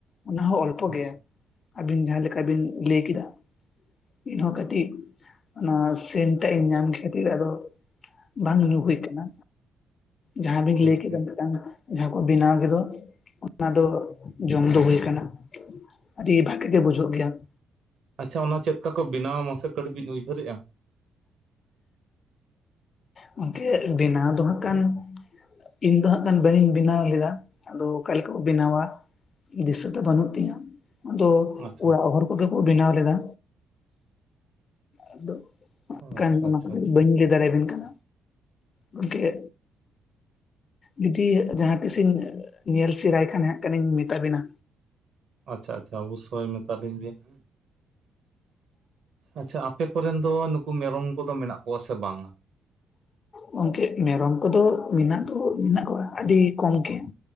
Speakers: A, on the left (about 45°); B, on the right (about 65°).
A: ᱚᱱᱟ ᱦᱚᱸ ᱚᱞᱯᱚ
B: ᱟᱪᱪᱷᱟ
A: ᱜᱮ ᱟᱹᱵᱤᱱ ᱡᱟᱦᱟᱸ ᱞᱮᱠᱟ ᱵᱤᱱ ᱞᱟᱹᱭ ᱠᱮᱫᱟ᱾ ᱤᱧ ᱦᱚᱸ ᱠᱟᱹᱴᱤᱜ ᱚᱱᱟ ᱥᱮᱱᱴ ᱴᱟᱜ ᱤᱧ ᱧᱟᱢ ᱠᱷᱮᱛᱤᱨ ᱟᱫᱚ ᱵᱟᱝ ᱧᱩ ᱦᱩᱭ ᱠᱟᱱᱟ ᱡᱟᱦᱟᱸ ᱵᱤᱱ
B: ᱴᱷᱤᱠ
A: ᱞᱟᱹᱭ ᱠᱮᱫᱟ
B: ᱴᱷᱤᱠ
A: ᱢᱤᱫᱴᱟᱱ ᱡᱟᱦᱟᱸ ᱠᱚ ᱵᱮᱱᱟᱣ ᱜᱮᱫᱚ ᱚᱱᱟ ᱫᱚ ᱡᱚᱢ ᱫᱚ ᱦᱩᱭ ᱟᱠᱟᱱᱟ ᱾ ᱟᱹᱰᱤ ᱵᱷᱟᱹᱜᱤ ᱜᱮ ᱵᱩᱡᱷᱟᱹᱜ ᱜᱮᱭᱟ ᱾
B: ᱟᱪᱪᱷᱟ ᱚᱱᱟ ᱪᱮᱫᱠᱟ ᱠᱚ ᱵᱮᱱᱟᱣᱟ ᱢᱟᱥᱮ ᱠᱟᱹᱴᱤᱡ ᱵᱤᱱ ᱩᱭᱦᱟᱹᱨᱮᱜᱼᱟ ᱾
A: ᱜᱚᱢᱠᱮ ᱵᱮᱱᱟᱣ ᱫᱚ ᱦᱟᱸᱜ ᱠᱟᱱ ᱤᱧ ᱫᱚ ᱦᱟᱸᱜ ᱠᱷᱟᱱ ᱵᱟᱹᱧ ᱵᱮᱱᱟᱣ ᱞᱮᱫᱟ ᱟᱫᱚ ᱚᱠᱟ ᱠᱮᱠᱟ ᱠᱚ ᱵᱮᱱᱟᱣᱟ? ᱫᱤᱥᱟᱹ ᱫᱚ ᱵᱚᱱᱩᱜ ᱛᱤᱧᱟ ᱾ ᱟᱫᱚ
B: ᱟᱪᱪᱷᱟ
A: ᱚᱲᱟᱜ
B: ᱟᱪᱪᱷᱟ
A: ᱦᱚᱲ ᱠᱚᱜᱮ ᱠᱚ ᱵᱮᱱᱟᱣ ᱞᱮᱫᱟ, ᱟᱫᱚ <unintelligible>
B: ᱟᱪᱪᱷᱟ ᱟᱪᱪᱷᱟ
A: ᱵᱟᱹᱧ ᱞᱟ‍ᱹᱭ ᱫᱟᱲᱮᱭᱟ ᱵᱮᱱ ᱠᱟᱱᱟ ᱜᱚᱝᱠᱮ ᱡᱩᱫᱤ ᱡᱟᱦᱟᱸ ᱛᱤᱥᱤᱧ ᱧᱮᱞ ᱥᱮᱨᱟᱭ ᱠᱷᱟᱱ ᱦᱟᱸᱜ ᱠᱷᱟᱱ ᱤᱧ ᱢᱮᱛᱟ ᱵᱤᱱᱟ᱾
B: ᱟᱪᱪᱷᱟ ᱟᱪᱪᱷᱟ ᱚᱵᱚᱥᱥᱳᱭ ᱢᱮᱛᱟ ᱞᱤᱧ ᱵᱤᱱ ᱦᱮᱸ᱾ ᱟᱪᱪᱷᱟ ᱟᱯᱮ ᱠᱚᱨᱮᱱ ᱫᱚ ᱱᱩᱠᱩ ᱢᱮᱨᱚᱢ ᱠᱚᱫᱚ ᱢᱮᱱᱟᱜ ᱠᱚᱣᱟ ᱥᱮ ᱵᱟᱝᱟ?
A: ᱜᱚᱝᱠᱮ ᱢᱮᱨᱚᱢ ᱠᱚᱫᱚ ᱢᱮᱱᱟᱜ ᱫᱚ ᱢᱮᱱᱟᱜ ᱠᱚᱣᱟ ᱟᱹᱰᱤ ᱠᱚᱢ ᱜᱮ ᱾